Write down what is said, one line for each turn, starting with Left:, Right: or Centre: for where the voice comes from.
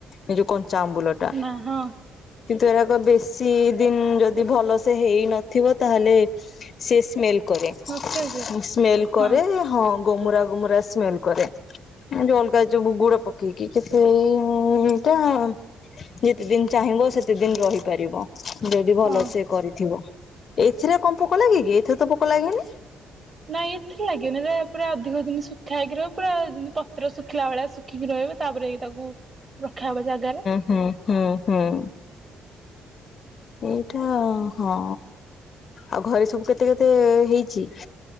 Left: ଏଇ ଯୋଉ କଞ୍ଚା ଆମ୍ବୁଲ। ଟା।
Right: ନାଁ-ହଁ
Left: କିନ୍ତୁ ଏରାକ ବେଶୀ ଦିନ୍ ଯଦି ଭଲସେ ହେଇନଥିବ ତାହେଲେ ସେ ସ୍ମେଲ୍ କରେ
Right: ନଷ୍ଟ ହେଇଯିବ
Left: ସ୍ମେଲ୍
Right: ହଁ
Left: କରେ ହଁ ଗମୁରା ଗମୁରା ସ୍ମେଲ୍ କରେ। ଉଁ ଯୋଉ ଅଲଗା ଯୋଉ ଗୁଡ ପକେଇକି କି ସେଇଟା ଯେତେଦିନ୍ ଚାହିଁବ ସେତେ ଦିନ୍ ରହିପାରିବ। ଯଦି ଭଲ
Right: ହଁ।
Left: ସେ କରିଥିବ, ଏଇଥିରେ କଣ ପୋକ ଲାଗେ କି ଏଥିରେ ତ ପୋକ ଲାଗେନି?
Right: ନାଇଁ ଏଥିରେ ଲାଗିବନି ଏରା ପୁରା ଅଧିକ ଦିନ ଶୁଖା ହେଇକି ରହିବ ପୁରା ପତ୍ର ଶୁଖିଲା ଭଳିଆ ଶୁ ଖିକି ରହିବ ତାପରେ ଯାଇକି ତାକୁ ରଖାହବ ଜାଗାରେ।
Left: ହୁଁ-ହୁଁ-ହୁଁ। ଏଇଟା ହଁ, ଆଉ ଘରେ ସବୁ କେତେ-କେତେ ହେଇଚି?